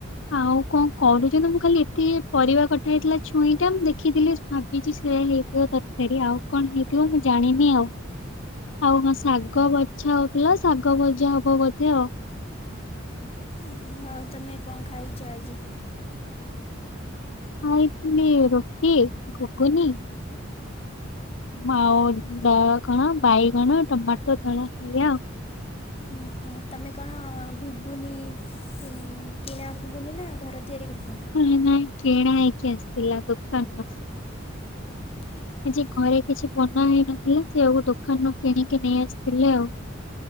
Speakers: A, on the left; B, on the left.
A: ଆଉ କଣ କରୁଛନ୍ତି ମୁଁ ଖାଲି ଏତେ ପରିବା କଟା ହେଇଥିଲା ଛୁଇଁ ଟା ମୁଁ ଦେଖିଥିଲି ଭାବିଛି ସେଇଆ ହେଇଥିବ ତରକାରୀ ଆଉ କଣ ହେଇଥିବ ମୁଁ ଜାଣିନି ଆଉ ଆଉ ହଁ ଶାଗ। ଶାଗ ବଛା ହଉଥିଲା ଶାଗ ଭଜା ହବ ବୋଧେ ଆଉ।
B: ଓହୋ ଆଉ ତମେ କଣ ଖାଇଛ ଆଜି?
A: ଖାଇଥିଲି ରୁଟି ଘଗୁନି। ଆଉ ଦଳା କଣ ବାଇଗଣ ଟମାଟୋ ଦଳା ଏଇଆ ଆଉ।
B: ଓହୋ ତମେ କଣ ଘୁଗୁନି କିଣା ଘୁଗୁନି ନା ଘର ତିଆରି ଘୁ
A: ହେ ନାଇ କିଣା ହେଇକି ଆସିଥିଲା ଦୋକନୁରୁ।
B: ଓହୋ
A: ଆଜି ଘରେ କିଛି ବନା ହେଇନଥିଲା ସେ ଆଉକୁ ଦୋକାନରୁ କିଣିକି ନେଇ ଆସିଥିଲେ ଆଉ।